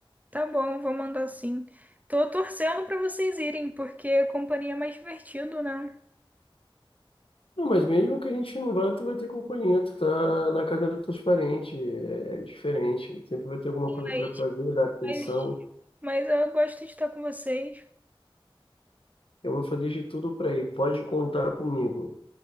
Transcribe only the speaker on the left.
Não, mas mesmo que a gente não vá, tu vai ter companhia, tu tá na casa dos teus parentes, é, é diferente. Sempre vai ter alguma coisa
para fazer, dar atenção.
Eu vou fazer de tudo para ir. Pode contar comigo.